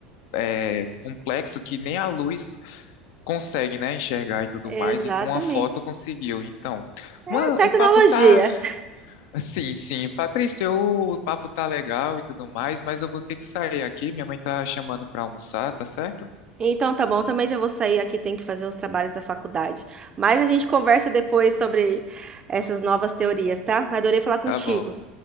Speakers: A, on the left (about 55°); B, on the right (about 25°).
A: é, complexo que nem a luz consegue, né, enxergar e tudo
B: Exatamente.
A: mais, e com a foto conseguiu. Então,
B: É
A: mano,
B: tecnologia.
A: o papo tá. <laughs> Sim, sim, Patrícia, o papo tá legal e tudo mais, mas eu vou ter que sair aqui. Minha mãe tá chamando pra almoçar, tá certo?
B: Então tá bom, também já vou sair aqui, tem que fazer os trabalhos da faculdade. Mas a gente conversa depois sobre essas novas teorias, tá? Adorei falar contigo.
A: Tá bom.